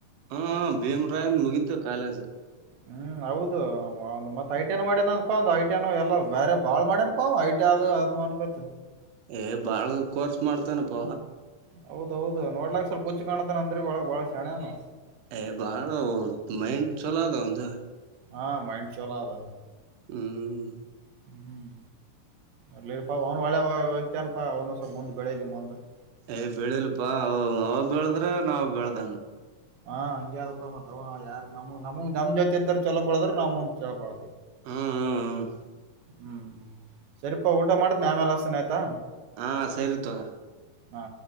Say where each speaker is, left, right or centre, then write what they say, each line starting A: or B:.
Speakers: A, on the right; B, on the right.
A: ಹಾ ಭೀಮ್ರಾಯಂದ್ ಮುಗಿತೂ ಕಾಲೇಜು.
B: ಹ್ಮ್ ಹೌದು ಒ ಮತ್ ಐಟಿ ಮಾಡೇನಪ್ಪ ಅಂದ ಐಟಿ ಎಲ್ಲಾ ಬೇರೆ ಬಾಳ್ ಮಾಡ್ಯನ್ ಹ ಐಟಿ ಆದು ಅದು ಅನ್ ಗೊತ್
A: ಏ ಬಾಳು ಕೋರ್ಸ್ ಮಾಡ್ತೇನಪ್ಪ.
B: ಹೌದೌದ್ ನೋಡ್ಲಾಕ್ ಸ್ವಲ್ಪ ಹಚ್ಚು ಕಾಣತನ ಅಂದ್ರೆ ಒಳ ಬಾಳ ಶರಣನು
A: ಅ ಬಾಳ ಮೈಂಡ್ ಚಲೋದ ಅವನದೂ
B: ಹ ಮೈಂಡ್ ಚಲೋ ಅದ
A: ಹ್ಮ್
B: ಹ್ಮ್ ಅರ್ಲಿಪಾ ಅವ್ನು ಒಳೆ ಮ ಹೋಗ್ತಾನಪಾ ಅವನು ಸ ಮುಂದ್ ಬೆಳಿಲಿ ಮುಂದ್ <unintelligible>
A: ಯ್ ಬೆಳಿಲ್ಪಾ ಅವ ಬೆಳದ್ರ ನಾವು ಬೆಳ್ದಂಗ.
B: ಹಾ ಹಂಗದಪ್ಪ ಮವ ಯಾರ ನಮ ನಮಗ್ ನಮ್ ಜೊತೆ ಇದ್ದರು ಚಲೋ ಬಳದ್ರ ನಮ ಚಲ ಬಳ.
A: ಹ್ಮ್ ಹ್ಮ್ ಹ್ಮ್.
B: ಹ್ಮ್ ಸರಿಪಾ ಊಟ ಮಾಡತ್ನ ಆಮ್ಯಲೆ ಹಸಿತಿನಿ ಆಯ್ತಾ.
A: ಹಾ ಸರಿ ತೂಗೂ.
B: ಹಾ